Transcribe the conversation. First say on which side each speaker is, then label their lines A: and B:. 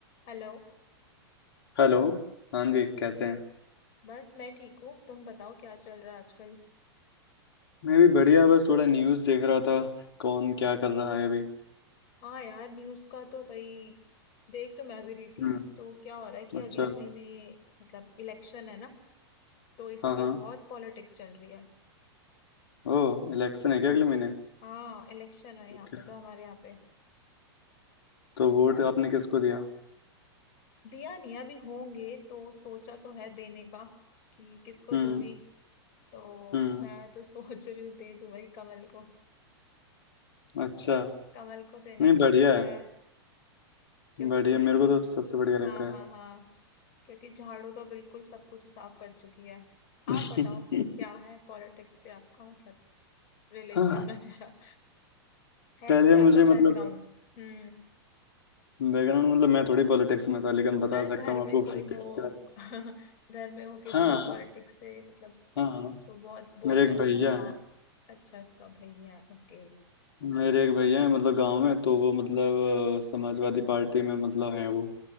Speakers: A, on the left; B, on the left.
A: Hello
B: हेलो हाँ जी कैसे हैं
A: बस मैं ठीक हूँ तुम बताओ क्या चल रहा है आजकल
B: मैं भी बढ़िया बस थोड़ा न्यूज़ देख रहा था कौन क्या कर रहा है अभी
A: हाँ यार न्यूज़ का तो भाई देख तो मैं भी रही थी
B: हम्म
A: तो क्या हो रहा है कि अगले
B: अच्छा
A: महीने मतलब इलेक्शन है ना तो इसलिए
B: हाँ हाँ
A: बहुत पॉलिटिक्स चल रही है
B: ओ इलेक्शन है क्या अगले महीने
A: हाँ इलेक्शन है यहाँ
B: ओके
A: पे तो हमारे यहाँ पे
B: तो वोट आपने किसको दिया
A: दिया नहीं अभी होंगे तो सोचा तो है देने का कि किसको
B: हम्म
A: दूंगी तो
B: हम्म
A: मैं तो <laughs> सोच रही हूँ दे दूं भाई कमल को
B: अच्छा
A: कमल को देना
B: नहीं
A: ठीक
B: बढ़िया
A: है
B: है
A: क्योंकि
B: बढ़िया मेरे को तो सबसे बढ़िया
A: हाँ
B: लगता
A: हाँ
B: है
A: हाँ क्योंकि झाड़ू तो बिल्कुल सब कुछ ही साफ कर चुकी है आप
B: <laughs>
A: बताओ क्या है पॉलिटिक्स से आपका मतलब रिलेशन
B: हाँ
A: वगैरह है
B: पहले
A: कोई आपका
B: मुझे मतलब
A: बैकग्राउंड हम्म
B: बैकग्राउंड मतलब मैं थोड़ी पॉलिटिक्स में था लेकिन बता
A: मतलब
B: सकता
A: घर
B: हूँ
A: में
B: आपको
A: कोई
B: पॉलिटिक्स
A: हो
B: के बारे में
A: <laughs> घर में हो किसी
B: हाँ
A: का पॉलिटिक्स से मतलब
B: हाँ
A: जो बहुत बोलता
B: मेरे एक
A: हो
B: भैया
A: कि हाँ
B: हैं,
A: अच्छा अच्छा भैया ओके
B: मेरे एक भैया हैं मतलब गांव में तो वो मतलब अ, समाजवादी पार्टी में मतलब हैं वो